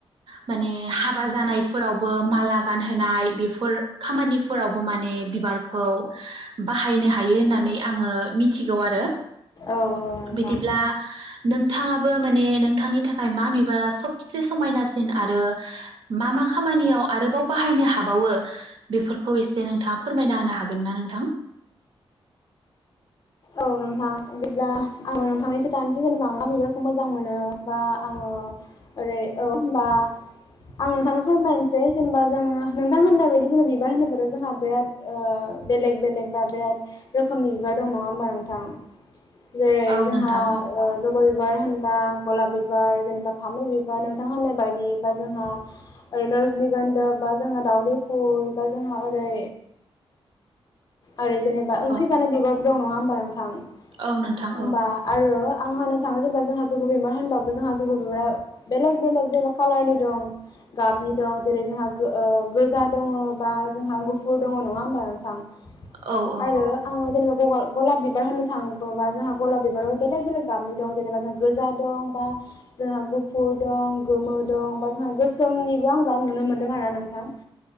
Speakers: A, on the right; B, on the left.
A: माने हाबा जानायफोरावबो माला गानहोनाय बेफोर खामानिफोरावबो माने बिबारखौ बाहायनो हायो होननानै आङो मिथिगौ आरो।
B: औ औ नोंथां
A: बिदिब्ला नोंथाङाबो माने नोंथांनि थाखाय मा बिबारा सबसे समायनासिन आरो मा मा खामानियाव आरोबाव बाहायनो हाबावो बेफोरखौ एसे नोंथाङा फोरमायना होनो हागोन ना नोंथां?
B: औ नोंथां बिदिब्ला आङो नोंथांनि खोन्थानोसै जेनेबा बिबारखौ मोजां मोनो बा आङो ओरै औ होनोमबा आं नोंथांनो फोरमायनोसै जेनेबा जों नोंथां होननाय बायदि जेनेबा बिबार होनोबथ' जोंहा बिराद बेलेग-बेलेग बा बिराद रोखोमनि बिबार दङ । ओमबा नोंथां जेरै
A: औ
B: जोंहा
A: नोंथां
B: जबा बिबा बिबार होनबा गलाब बिबार जेनेबा फामै बिबार नोंथां होननाय बायदि बा जोंहा ओरै रजनिगोन्दा बा जोंहा दाउदै स्कु बा जोंहा ओरै आरो जेनेबा ओंख्रि
A: औ
B: जानाय बिबार बो दं नङा होनमबा नोंथां?
A: औ नोंथां
B: होनबा
A: औ
B: आरो आं होननो थाङो जेनेबा जोंहा जबा बिबार होनबाबो जोंहा जबा बिबारा बेलेग बेलेग जेनेबा कालारनि दं गाबनि दं जेरै जोंहा गोजा दङ बा जोंहा गुफुर दङ नङा होमबा नोंथां? आरो
A: औ औ
B: आं जेनेबा <unintelligible> गलाब बिबार होननो थाङोबा जोंहा गलाब बिबाराव बेलेग बेलेग गाबनि दं जेनेबा जोंहा गोजा दं बा जोंहा गुफुर दं गोमो दं बा जोंहा गोसोमनिबो आं दा नुनो मोनदों आरो नोंथां।